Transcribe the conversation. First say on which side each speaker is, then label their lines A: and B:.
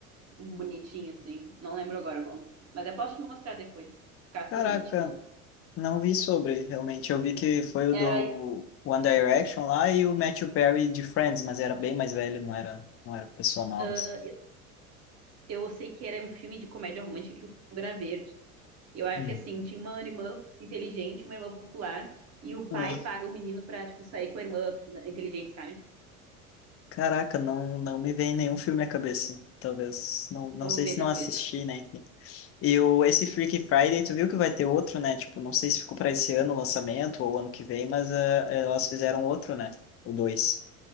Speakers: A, on the right; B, on the left.
A: Um bonitinho, assim. Não lembro agora o nome. Mas eu posso te mostrar depois. Cato
B: Caraca,
A: e te
B: Não vi sobre, realmente. Eu vi que foi o do
A: Era,
B: One Direction lá e o Matthew Perry de Friends, mas era bem mais velho, não era, não era pessoa nova.
A: ah,
B: assim.
A: eu sei que era um filme de comédia romântica que o fundo era verde. E Eu acho
B: Hum.
A: que assim, tinha uma irmã inteligente, uma irmã popular, e o pai
B: Ah,
A: paga o menino pra, tipo, sair com a irmã inteligente, sabe?
B: caraca, não, não me vem nenhum filme à cabeça. Talvez, não, não
A: Eu
B: sei
A: vou ver
B: se
A: depois.
B: não assisti, né? E o, esse Freaky Friday, tu viu que vai ter outro, né? Tipo, não sei se ficou para esse ano o lançamento ou ano que vem, mas ah, elas fizeram outro, né? O dois.